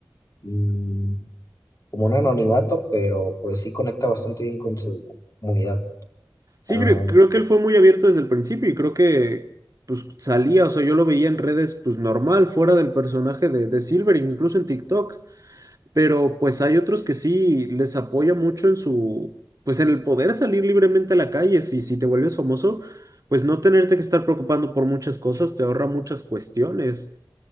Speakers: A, on the left; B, on the right.
A: mm, como un anonimato, pero pues sí conecta bastante bien con su comunidad.
B: sí,
A: Ah,
B: cre- creo, que él fue muy abierto desde el principio y creo que pues salía, o sea, yo lo veía en redes pues normal, fuera del personaje de, de Silver, incluso en TikTok, pero pues hay otros que sí les apoya mucho en su, pues en el poder salir libremente a la calle, si, si te vuelves famoso, pues no tenerte que estar preocupando por muchas cosas, te ahorra muchas cuestiones.